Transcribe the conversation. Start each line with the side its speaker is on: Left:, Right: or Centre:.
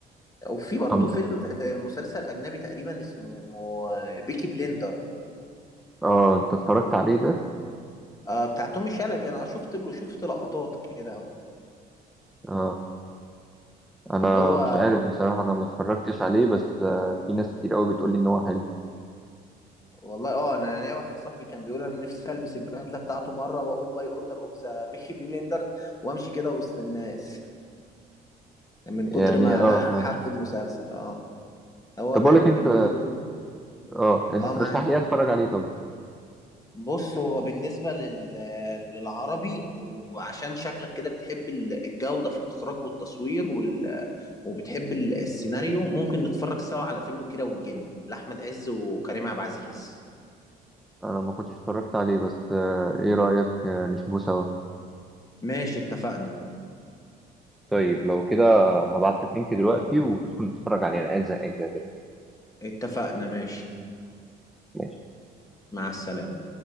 Left: وفي برضو
Centre: طب
Left: فيلم آه، مسلسل أجنبي تقريبا اسمه آه، بيكي بليندر
Centre: اه انت اتفرجت عليه ده
Left: آه بتاع تومي شلبي انا شفت له شفت لقطات كده
Centre: اه انا
Left: اللي هو
Centre: مش عارف بصراحه انا ما اتفرجتش عليه بس آه في ناس كتير قوي بتقول لي ان هو حلو
Left: والله اه انا ليا واحد صاحبي كان بيقول انا نفسي البس البدله بتاعته مره واقول باي اوردر اوف ذا بيكي بليندر <laughs> وامشي كده وسط الناس من كتر
Centre: يعني
Left: ما
Centre: اه فاهم.
Left: حب المسلسل اه هو
Centre: طب
Left: تقريبا
Centre: اقول لك انت
Left: كان بيقوله
Centre: اه انت
Left: اه
Centre: ترشح
Left: معاك
Centre: لي ايه اتفرج عليه طب
Left: بص هو بالنسبة لل... للعربي وعشان شكلك كده بتحب ال- الجودة في الإخراج والتصوير وال... وبتحب ال- السيناريو ممكن نتفرج سوا على فيلم كيرة والجن لأحمد عز وكريم عبد العزيز
Centre: انا ما كنتش اتفرجت عليه بس آه ايه رايك آه نشوفه سوا
Left: ماشي اتفقنا
Centre: طيب لو كده هبعت لك لينك دلوقتي وتدخل تتفرج عليه انا قاعد زهقان كده
Left: اتفقنا ماشي
Centre: كده
Left: مع السلامة